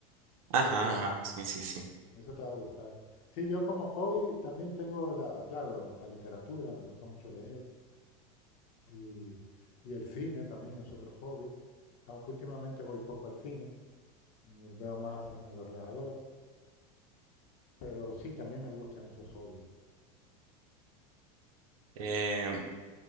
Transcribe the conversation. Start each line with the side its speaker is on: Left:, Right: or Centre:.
Right: Ajá,
Left: Sí, ya,
Right: ajá, sí, sí, sí.
Left: eso te va a gustar. Sí, yo como hobby también tengo la, claro, la literatura, me gusta mucho leer y, y el cine también es otro hobby, aunque últimamente voy poco al cine, me veo más en el ordenador, pero sí, también me gustan esos hobbies.
Right: Eh,